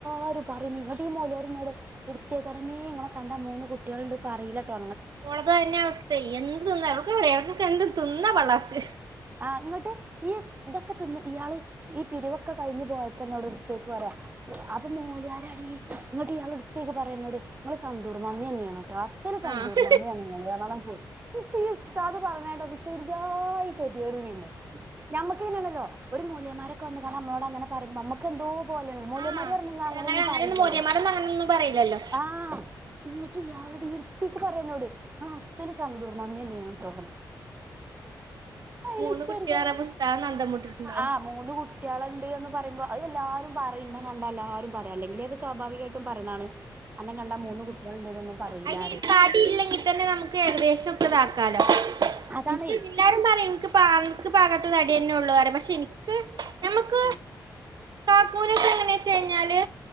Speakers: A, on the right; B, on the right.
A: ആര് പറഞ്ഞങ്ങ ഈ മോല്യാരി നോട് ഇട്ത്തേക്ക് പറഞ്ഞു ഇങ്ങളെ കണ്ടാൽ മൂന്ന് കുട്ട്യാൾ ഇണ്ടന്ന് പറീല്ലട്ടോ
B: ഓളത് അതന്നെ അവസ്ഥ എന്ത് തിന്നാ അവർക്ക് പറക്കെ എന്ത് തിന്നാ പള്ളർച്ച്
A: ആഹ് ഇങ്ങോട്ട് ഈ ഇതൊക്കെ തിന്ന് ഇയാള് ഈ പിരിവൊക്കെ കഴിഞ്ഞ് പോയപ്പോ എന്നോട് അടുത്തേക്ക് പോരാ അത് മൊല്യരാ ഡീ ഇന്നട്ട് ഇയാള് <unintelligible> ടുത്തേക്ക് പറയന്നോട് നിങ്ങൾ സന്തൂർ മമ്മി തന്നെയാണ് അസ്സൽ സന്തൂർ
B: ആഹ്
A: മമ്മിയാണ് ഇങ്ങക്ക് ന്ന് പറഞ്ഞക്കാണ്ടങ്ങട്ട് പോയി. ഇച്ച് ഈ ഉസ്താദ് പറഞ്ഞത് കേട്ടപ്പോൾ ഓർച്ചാതി ആയി <unintelligible> പിന്നെ നഞമ്മക്ക്നെയാണല്ലോ ഒരു മൊല്യമാരൊക്കെ വന്ന് നമ്മോട് അങ്ങനെ പറയ്മ്പോ <unintelligible> എന്തോ പോല മൊല്യമാരി
B: ആഹ്
A: പറഞ്ഞ അങ്ങനെന്നും
B: അങ്ങനെ അങ്ങനെയൊന്നും
A: പറയില്ലല്ലോ
B: മോരിയന്മാരൊന്നും അങ്ങനൊന്നും പറയില്ലല്ലോ
A: ആഹ് ഇങ്ങിട്ട് ഇയാളുടെ ഇടുത്തേക്ക് പറയാനോട് ഇങ്ങള് അസ്സല് സന്തൂർ അമ്മിന്നെയാണ് ട്ടൊ അയിൽ
B: മൂന്ന്
A: ഇച്ചഞ്ച
B: കുട്ടികളാറ പുസ്തകം നന്തം മുട്ടിട്ടുണ്ടാവും
A: ആഹ് മൂന്ന് കു കുട്ട്യാള്ണ്ട് എന്ന് പറയ്മ്പോ അത് എല്ലാവാരും പറയും ഇന്ന കണ്ടാ എല്ലാവാരും പറയും അല്ലെങ്കിലിൽ ഇപ്പൊ സ്വാഭാവികമായിട്ടും പറയണാണ് അന്ന കണ്ടാ മൂന്ന് കുട്ട്യാൾണ്ടെ ന്നും പറീല്ലന്ന്
B: അയിന്
A: പറയും
B: ഈ തടി <unintelligible> നമുക്ക് ഏകദേശം ഒക്കെ ഇതാകാലോ <unintelligible>
A: അതാണേ
B: എല്ലാരും <unintelligible> <unintelligible> ഭാഗത്ത് തടി തന്നെ ഉള്ളൂ പക്ഷെ എനിക്ക് ഞമുക്ക്
A: ഉം
B: കാകൂനൊക്ക എങ്ങനെ വെച്ച കഴിഞ്ഞാല്